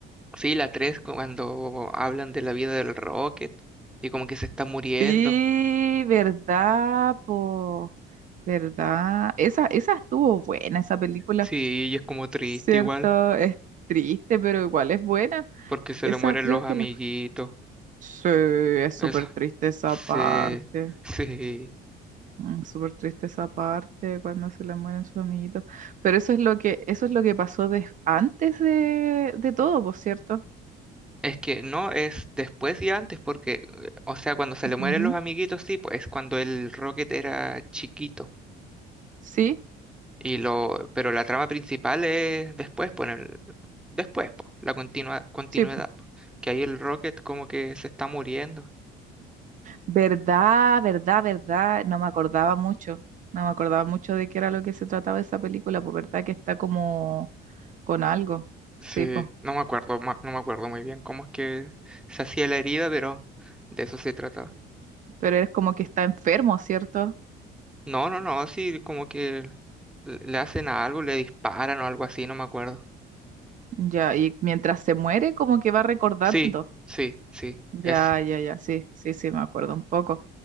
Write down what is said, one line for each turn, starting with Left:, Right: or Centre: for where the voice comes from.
Centre: Sí, la 3 cuando hablan de la vida del Rocket y como que se está muriendo.
Right: Sí, verdad, po, verdad. Esa, esa estuvo buena, esa película,
Centre: Sí, y es como triste
Right: ¿cierto?
Centre: igual,
Right: Es triste, pero igual es buena.
Centre: porque se
Right: Esa
Centre: le mueren
Right: creo
Centre: los
Right: que
Centre: amiguitos.
Right: la... Sí, es súper
Centre: Eso.
Right: triste esa
Centre: Sí,
Right: parte.
Centre: <laughs> sí.
Right: Mm, Súper triste esa parte cuando se le mueren sus amiguitos. Pero eso es lo que, eso es lo que pasó des- antes de, de todo, por cierto.
Centre: Es que no es después y antes, porque, eh, o sea, cuando se le mueren
Right: ¿Ya?
Centre: los amiguitos, sí, pues es cuando el Rocket era chiquito.
Right: Sí,
Centre: Y lo, pero la trama principal es después, pues, en el- después, pues, la continua, continuidad,
Right: sí, po.
Centre: pues, que ahí el Rocket como que se está muriendo.
Right: Verdad, verdad, verdad. No me acordaba mucho. No me acordaba mucho de qué era lo que se trataba esa película, pues verdad que está como con algo.
Centre: Sí,
Right: Sí, pues.
Centre: no me acuerdo, ma- no me acuerdo muy bien cómo es que se hacía la herida, pero de eso se trataba.
Right: Pero es como que está enfermo, ¿cierto?
Centre: No, no, no, sí, como que le le hacen a algo, le disparan o algo así, no me acuerdo.
Right: Ya, y mientras se muere, como que va recordando.
Centre: Sí, sí, sí,
Right: Ya,
Centre: eso.
Right: ya, ya, sí, sí, sí, me acuerdo un poco.